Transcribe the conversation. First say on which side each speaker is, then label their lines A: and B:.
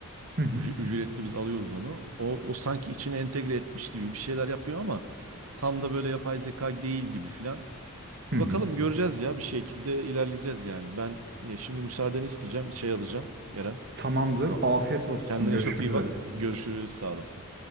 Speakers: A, on the right; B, on the right.
A: Hı hı.
B: Üc- Ücretli biz alıyoruz onu. O, o sanki içine entegre etmiş gibi bir şeyler yapıyor ama tam da böyle yapay zeka değil gibi filan.
A: Hı
B: Bakalım
A: hı.
B: göreceğiz ya bir şekilde ilerleyeceğiz yani. Ben e, şimdi müsaadeni isteyeceğim. Bir çay alacağım Eren.
A: Tamamdır. Afiyet olsun.
B: Kendine
A: Görüşmek
B: çok iyi
A: üzere.
B: bak. Görüşürüz. Sağ olasın.